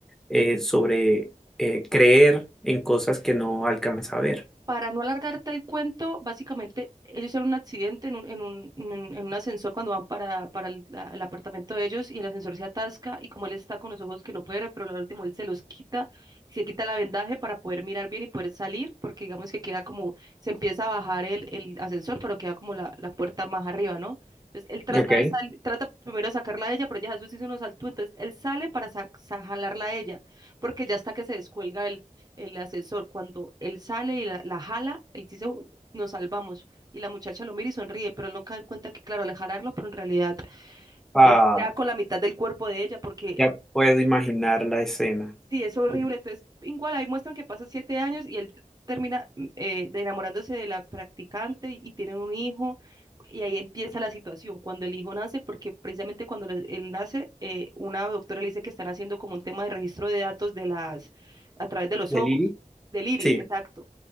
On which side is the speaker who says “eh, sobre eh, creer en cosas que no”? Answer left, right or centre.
Centre